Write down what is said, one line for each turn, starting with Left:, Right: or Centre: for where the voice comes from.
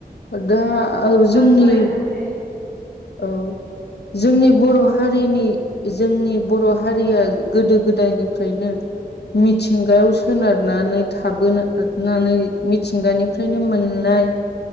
Left: दा जोंनि
Right: औ सावरायनो हागोन दे
Left: औ जोंनि बर' हारिनि जोंनि बर' हारिया गोदो गोदायनिफ्रायनो मिथिंगायाव सोनारनानै थाबोनानै मिथिंगानि ओमफ्रायनो मोननाय